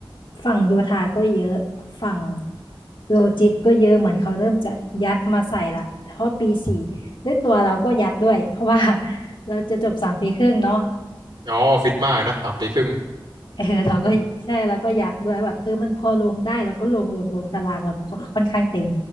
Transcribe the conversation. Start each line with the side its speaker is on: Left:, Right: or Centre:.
Left: ฝั่งโยธาก็เยอะฝั่งโลจิสก็เยอะเหมือนเขาเริ่มจะยัดมาใส่ละเพราะปีสี่ด้วยตัวเราก็ยัดด้วยเพราะว่า <laughs> เราจะจบสามปีครึ่งเนาะ
Right: อ๋อฟิตมากนะสามปีครึ่ง
Left: เออ <laughs> เราก็ใช่แล้วก็ยัดด้วยแบบเออมันพอลงได้แล้วก็ลงลงลงตารางเรามันก็ค่อนข้างเต็ม